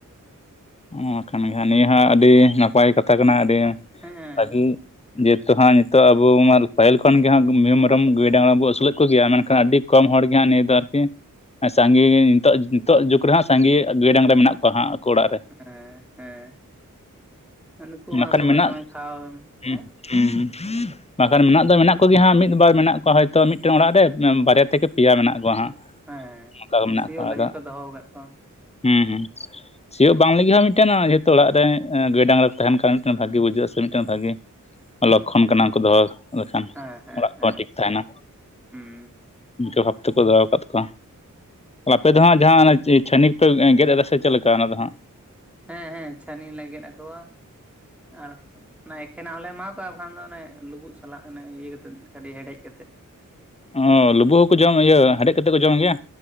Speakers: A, on the left; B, in the centre.
A: ᱚᱱᱟ ᱠᱷᱟᱱ ᱜᱮ ᱱᱤᱭᱟᱹ ᱦᱚᱸ ᱟᱹᱰᱤ ᱱᱟᱯᱟᱭ ᱠᱟᱛᱷᱟ ᱠᱟᱱᱟ ᱟᱹᱰᱤ
B: ᱦᱮᱸ ᱦᱮᱸ
A: ᱵᱷᱟᱹᱜᱤ ᱡᱮᱦᱮᱛᱩ ᱦᱟᱸᱜ ᱱᱤᱛᱚᱜ ᱟᱵᱚ ᱯᱟᱹᱦᱤᱞ ᱠᱷᱚᱱ ᱜᱮ ᱦᱟᱸᱜ ᱢᱤᱦᱩ ᱢᱮᱨᱚᱢ ᱜᱟᱹᱭᱼ ᱰᱟᱝᱨᱟ ᱵᱚᱱ ᱟᱹᱥᱩᱞᱮᱫ ᱠᱚᱜᱮᱭᱟ ᱢᱮᱱᱠᱷᱟᱱ ᱟᱹᱰᱤ ᱠᱚᱢ ᱦᱚᱲ ᱜᱮ ᱱᱤᱭᱟᱹ ᱫᱚ ᱟᱨᱠᱤ ᱮᱸ ᱥᱟᱸᱜᱮ ᱱᱤᱛᱚᱜ ᱱᱤᱛᱚᱜ ᱡᱩᱜᱽ ᱨᱮᱦᱟᱸᱜ ᱥᱟᱸᱜᱮ ᱜᱟᱹᱭ ᱰᱟᱝᱨᱟ ᱢᱮᱱᱟᱜ ᱠᱚᱣᱟᱸᱜ ᱦᱟᱸᱜ ᱟᱠᱚ ᱚᱲᱟᱜ ᱨᱮ
B: ᱦᱮᱸ ᱦᱮᱸ ᱱᱩᱠᱩ ᱦᱚᱸ
A: ᱵᱟᱠᱷᱟᱱ
B: ᱥᱚᱢᱚᱭ
A: ᱢᱮᱱᱟᱜ
B: ᱥᱚᱢᱚᱭ ᱠᱷᱟᱣᱟ ᱮᱢ
A: <unintelligible>
B: ᱦᱮᱸ
A: ᱵᱟᱠᱷᱟᱱ ᱢᱮᱱᱟᱜ ᱫᱚ ᱢᱮᱱᱟᱜ ᱠᱚᱜᱮ ᱦᱟᱸᱜ ᱢᱤᱫ ᱵᱟᱨ ᱢᱮᱱᱟᱜ ᱠᱚᱣᱟ ᱦᱚᱭᱛᱳ ᱢᱤᱫ ᱴᱮᱱ ᱚᱲᱟᱜ ᱨᱮ ᱵᱟᱨᱭᱟ ᱛᱷᱮᱠᱮ ᱯᱮᱭᱟ ᱢᱮᱱᱟᱜ ᱠᱚᱣᱟ ᱦᱟᱸᱜ
B: ᱦᱮᱸ
A: ᱚᱱᱠᱟ ᱜᱮ ᱢᱮᱱᱟᱜ
B: ᱥᱤᱭᱳᱜ
A: ᱠᱚᱣᱟ
B: ᱞᱟᱹᱜᱤᱫ
A: ᱟᱫᱚ
B: ᱠᱚ ᱫᱚᱦᱚ ᱟᱠᱟᱫ ᱠᱚᱣᱟ
A: ᱦᱩᱸ ᱦᱩᱸ ᱥᱤᱭᱚᱜ ᱵᱟᱝᱞ ᱤᱦᱟᱹ ᱢᱤᱫ ᱴᱟᱝ ᱡᱮᱦᱮᱛᱩ ᱚᱲᱟᱜ ᱨᱮ ᱜᱟᱹᱭ ᱰᱟᱝᱨᱟ ᱠᱚ ᱛᱟᱦᱮᱱ ᱠᱷᱟᱱ ᱵᱷᱟᱜᱤ ᱵᱩᱡᱟᱹᱜ ᱥᱮ ᱢᱤᱫ ᱴᱟᱝ ᱵᱷᱟᱜᱮ ᱞᱚᱠᱠᱷᱚᱱ ᱠᱟᱱᱟ ᱩᱱ ᱠᱚ ᱫᱚᱦᱚ ᱞᱮᱠᱷᱟᱱ
B: ᱦᱮᱸ ᱦᱮᱸ
A: ᱚᱲᱟᱜ ᱠᱚᱦᱚᱸ
B: ᱦᱮᱸ
A: ᱴᱷᱤᱠ ᱛᱟᱦᱮᱱᱟ
B: ᱦᱩᱸ
A: ᱤᱱᱠᱟᱹ ᱵᱷᱟᱵ ᱛᱮᱠᱚ ᱫᱚᱦᱚ ᱟᱠᱟᱫ ᱠᱚᱣᱟ ᱟᱯᱮ ᱫᱚ ᱦᱟᱸᱜ ᱡᱟᱦᱟᱸ ᱪᱷᱟᱹᱱᱤ ᱠᱚᱯᱮ ᱜᱮᱫ ᱮᱫᱟ ᱥᱮ ᱪᱮᱫ ᱞᱮᱠᱟ ᱚᱱᱟ ᱫᱚ ᱦᱟᱸᱜ
B: ᱦᱮᱸ ᱦᱮᱸ ᱪᱷᱟᱹᱱᱤ ᱞᱮ ᱜᱮᱫ ᱟᱠᱚᱣᱟ ᱟᱨ ᱚᱱᱟ ᱮᱠᱷᱮᱱᱟᱜ ᱦᱚᱞᱮ ᱮᱢᱟ ᱠᱚ ᱚᱱᱠᱟ ᱵᱟ ᱠᱷᱟᱱ ᱫᱚ ᱚᱱᱮ ᱞᱩᱵᱩᱜ ᱥᱟᱞᱟᱜ ᱚᱱᱮ ᱤᱭᱟᱹ ᱠᱟᱛᱮᱫ ᱠᱟᱹᱴᱤᱡ ᱦᱮᱸᱰᱮᱡ ᱠᱟᱛᱮᱫ
A: ᱚ ᱞᱩᱵᱩᱜ ᱦᱚᱠᱚ ᱡᱚᱢ ᱤᱭᱟᱹ ᱦᱮᱰᱮᱡ ᱠᱟᱛᱮᱫ ᱠᱚ ᱡᱚᱢ ᱜᱮᱭᱟ